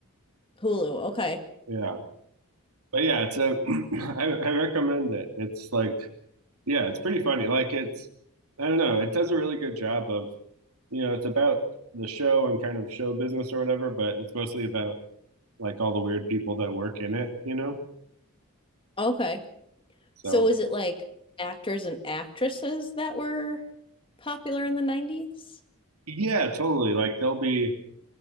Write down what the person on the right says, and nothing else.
yeah but yeah it's a <clears throat> I, I recommend it it's like yeah it's pretty funny like it's i don't know it does a really good job of you know, it's about the show and kind of show business or whatever, but it's mostly about like all the weird people that work in it, you know?
So,
yeah, totally. Like, there'll be